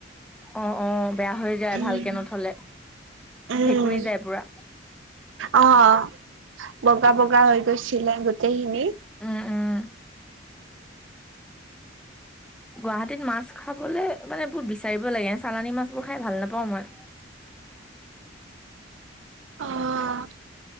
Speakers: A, in the centre; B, on the right.
A: অ', বেয়া হৈ যায়
B: উম
A: ভালকে নথলে
B: উম
A: ভেকুৰি যায় পুৰা
B: অ', বগা বগা হৈ গৈছিলে গোটেইখিনি
A: উম উম। গুৱাহাটীত মাছ খাবলৈ মানে, বহুত বিচাৰিব লাগে চালানী মাছ বোৰ খাই ভাল নাপাওঁ মই
B: অ',